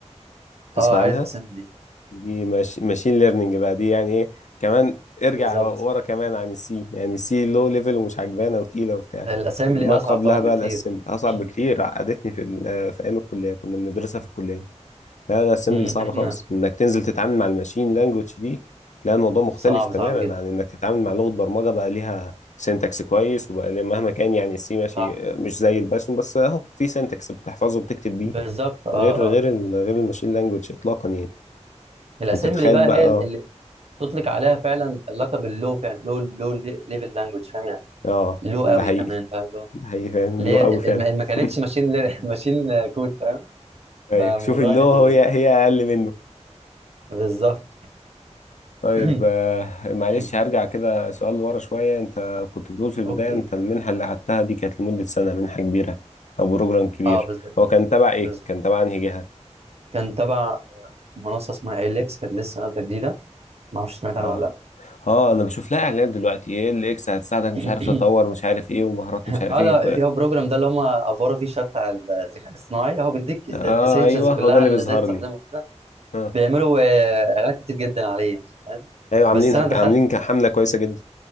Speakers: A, on the left; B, on the right.
A: تسمع
B: أه عارف
A: عنها
B: أسامبلي
A: دي ماشين ليرنينج بقى دي يعني ايه كمان ارجع
B: بالظبط
A: ورا كمان عن السي يعني السي لو ليفل ومش عجبانه وتقيله وبتاع
B: الاسامي
A: ما
B: اللي
A: قبلها
B: اصعب طبعا
A: بقى
B: بكتير
A: الاسمبلي اصعب
B: <clears throat>
A: بكتير عقدتني في ال- آه، في ايام الكليه كنا بندرسها في الكليه لا لا الاسمبلي
B: أمم،
A: صعب
B: احنا
A: خالص انك تنزل تتعامل مع الماشين لانجوج دي لا الموضوع مختلف
B: صعب
A: تماما
B: صعب جدا
A: عن انك تتعامل مع لغه برمجه بقى ليها سينتاكس كويس وبقى ليها مهما كان يعني السي ماشي
B: صح
A: مش زي البايثون بس اهو في سينتاكس بتحفظه وبتكتب بيه
B: بالظبط اه
A: غير
B: اه
A: غير ال- غير الماشين لانجوج اطلاقا يعني
B: الاسامبلي
A: فانت تخيل
B: بقى
A: بقى
B: هي اللي تطلق عليها فعلا اللقب اللو فعلا لو لو ليفل لانجوج فاهم يعني
A: اه
B: لو
A: ده
B: قوي
A: حقيقي
B: كمان فاهم لو
A: ده حقيقي فعلا
B: اللي
A: له
B: هي
A: قوي
B: ال-
A: فعلا
B: الم- ما
A: <laughs>
B: كانتش ماشين <laughs> لير- ماشين كود <laughs> فاهم فالموضوع
A: ايوه شوف اللو
B: يعني
A: هي هي اقل منه
B: بالظبط
A: طيب
B: <clears throat>
A: آه، معلش هرجع
B: <coughs>
A: كده سؤال لورا شوية انت كنت بتقول في البداية
B: اوكي
A: انت المنحة اللي قعدتها دي كانت لمدة سنة منحة كبيرة او بروجرام كبير
B: اه بالظبط
A: هو كان تبع ايه
B: بالظبط
A: كان تبع انهي جهة
B: كان تبع منصه اسمها اليكس كانت لسه نازله جديده ما اعرفش سمعت عنها
A: اه
B: ولا
A: اه انا بشوف لها اعلانات دلوقتي ايه اللي اكس هتساعدك مش
B: لا
A: عارف تطور
B: <clears throat> <coughs>
A: مش عارف ايه ومهارات
B: <coughs>
A: مش عارف
B: اه
A: ايه
B: ده في هو البروجرام ده اللي هم افوروا فيه شويه بتاع الذكاء الاصطناعي هو بيديك
A: اه
B: الاسينشالز
A: ايوه
B: كلها
A: هو ده اللي
B: اللي
A: بيظهر
B: ازاي تستخدمه
A: لي
B: كده
A: اه
B: بيعملوا آه، اعلانات كتير جدا عليه يعني، فاهم
A: ايوه عاملين
B: بس انا دخلت
A: عاملين حملة كويسة جدا